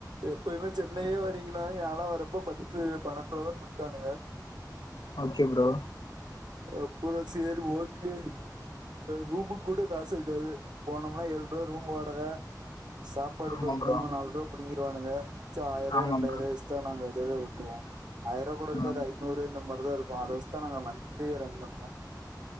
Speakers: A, on the right; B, on the left.
A: எப்பயுமே சென்னையே வரீங்கன்னா யாலா வரப்போ பத்து பன்னெண்டுதா குடுத்தானுங்க
B: ஓகே ப்ரோ
A: அப்புறோ சேரி ஓகே ரூமுக்கு கூட காசு இருக்காது போனோம்னா ஏழு ரூவா ரூம் வாடக சாப்பாடுக்கு
B: ஆமா
A: ஒரு
B: ப்ரோ
A: மூணு நால் ருவா புடிங்கிருவானுங்க மிச்சோ ஆயிருவா
B: ஆமா
A: ரெண்டாயிருபா
B: ப்ரோ
A: எக்ஸ்ட்ரா நாங்க ஓட்டுவோ ஆயிர ருவா கூட
B: ஆ
A: இருக்காது ஐநூறு இந்த மாரி தா இருக்கு அத வச்தா நாங்க மந்த் அப்டே ரன் பண்ணோ